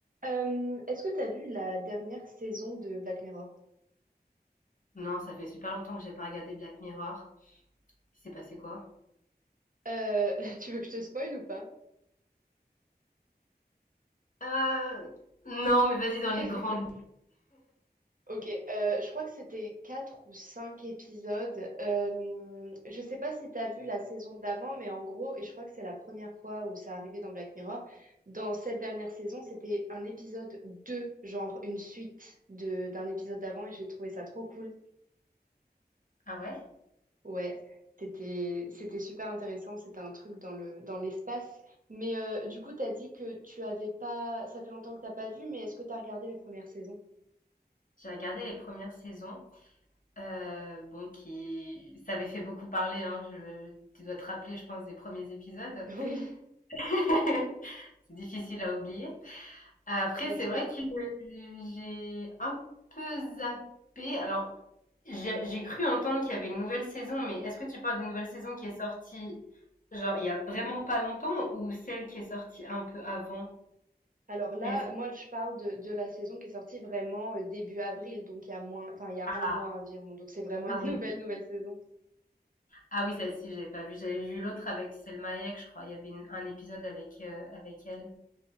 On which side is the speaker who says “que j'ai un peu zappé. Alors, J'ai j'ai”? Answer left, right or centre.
Left